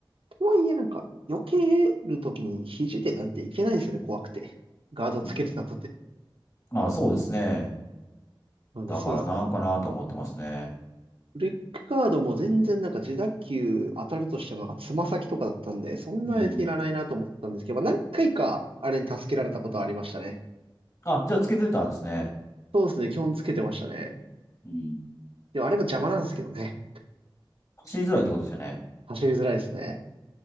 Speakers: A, on the right; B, on the left.
A: とはいえなんか、避けるときに肘でなんていけないですよね、怖くて。ガードつけてたとて。
B: うん。あそうですね。
A: なんでそうっす。
B: だからなんかなと思ってますね。
A: レックガードも全然なんか自打球当たるとしてもなんかつま先とかだったんで、そんなやついらないなと思ってたんですけど、
B: うん。
A: まあ、何回かあれに助けられたことはありましたね。
B: あ、じゃあつけてたんですね。
A: そうですね、基本つけてましたね。
B: うん。
A: でもあれも邪魔なんですけどね。
B: 走りづらいってことですよね。
A: 走りづらいですね。